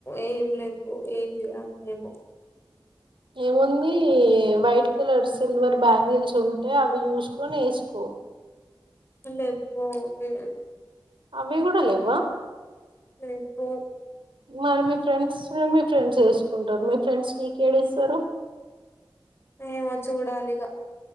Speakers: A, on the left; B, on the right.
A: ఏం లేవు ఏం చేయాల ఏమో
B: ఏముంది వైట్ కలర్ సిల్వర్ బ్యాంగిల్స్ ఉంటే అవి చూసుకొని వేసుకోవు
A: లేవో <unintelligible>
B: అవి కూడా లేవా
A: రే పో
B: మరి మీ ఫ్రెండ్స్ మీ ఫ్రెండ్స్ వేసుకుంటారు మీ ఫ్రెండ్స్ నీకేం ఇస్తారు?
A: ఏమో చూడాలిగా.